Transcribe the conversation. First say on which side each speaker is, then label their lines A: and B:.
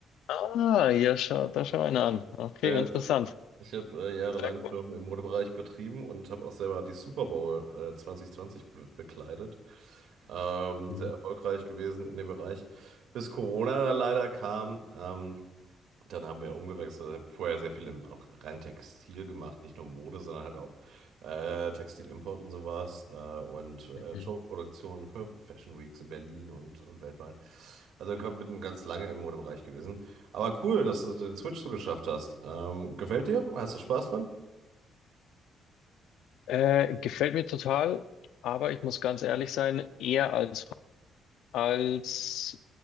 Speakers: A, on the left (about 85°); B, on the right (about 80°).
A: Ah, ja, schau, da schau einer an. Okay,
B: Ja, ja,
A: interessant.
B: ich habe ich hab, äh, jahrelang
A: Sehr
B: Firmen
A: cool.
B: im Modebereich betrieben und habe auch selber die Super Bowl äh, 2020 be bekleidet. Ähm,
A: Mhm.
B: sehr erfolgreich gewesen in dem Bereich, bis Corona dann leider kam. Ähm, Dann haben wir umgewechselt, also vorher sehr viel im, auch rein Textil gemacht, nicht nur Mode, sondern halt auch äh, Textilimport und sowas äh, und äh,
A: Mhm.
B: Showproduktionen für Fashion Weeks in Berlin und, und weltweit. Also komm, bin ganz lange im Modebereich gewesen. Aber cool, dass du den Switch so geschafft hast. Ähm, gefällt dir? Hast du Spaß dran?
A: Äh, gefällt mir total, aber ich muss ganz ehrlich sein, eher als als